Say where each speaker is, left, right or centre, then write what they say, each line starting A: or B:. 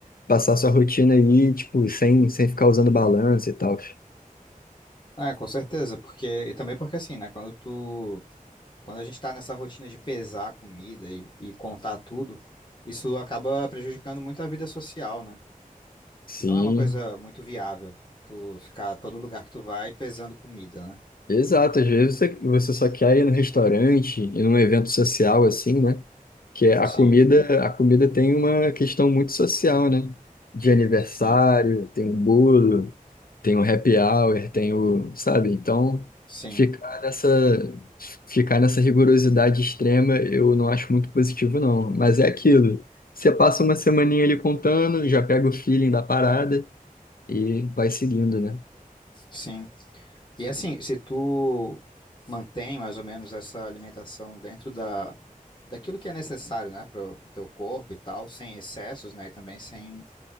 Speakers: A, on the left (about 80°); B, on the left (about 30°).
A: passar sua rotina aí, tipo, sem, sem ficar usando balança e tal.
B: É, com certeza, porque e também porque assim, né, quando tu quando a gente tá nessa rotina de pesar a comida e, e contar tudo, isso acaba prejudicando muito a vida social, né?
A: Sim.
B: Que não é uma coisa muito viável tu ficar todo lugar que tu vai pesando comida, né?
A: Exato, às vezes você, você só quer ir no restaurante, e num evento social assim, né? Que
B: Sim,
A: é a comida, a comida tem uma questão muito social, né? De aniversário,
B: sim,
A: tem um bolo, tem um happy hour, tem o, sabe? Então,
B: sim,
A: ficar nessa, ficar nessa rigorosidade extrema eu não acho muito positivo, não. Mas é aquilo. Você passa uma semaninha ali contando, já pega o feeling da parada e vai seguindo, né?
B: sim. E assim, se tu mantém mais ou menos essa alimentação dentro da, daquilo que é necessário, né, pro, pro teu corpo e tal, sem excessos, né, e também sem